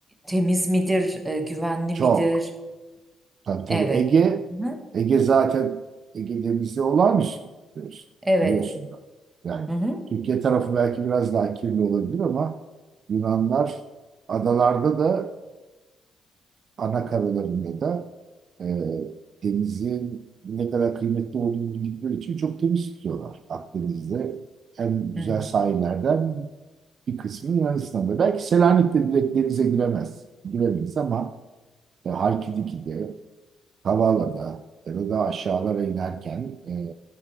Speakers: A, on the right; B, on the right.
A: temiz midir, e, güvenli
B: Çok.
A: midir?
B: Tabii tabii
A: Evet.
B: Ege,
A: Hı-hı.
B: Ege zaten Ege denizi olağanüstü biliyorsun.
A: Evet.
B: biliyorsun. da. Yani
A: Hı-hı.
B: Türkiye tarafı belki biraz daha kirli olabilir ama Yunanlar adalarda da ana karalarında da e, denizin ne kadar kıymetli olduğunu bildikleri için çok temiz tutuyorlar. Akdeniz'de en güzel
A: Hı.
B: sahillerden bir kısmı Yunanistan'da. Belki Selanik'te direkt denize giremez, giremeyiz ama e, Halkidiki'de Kavala'da ya da aşağılara inerken e,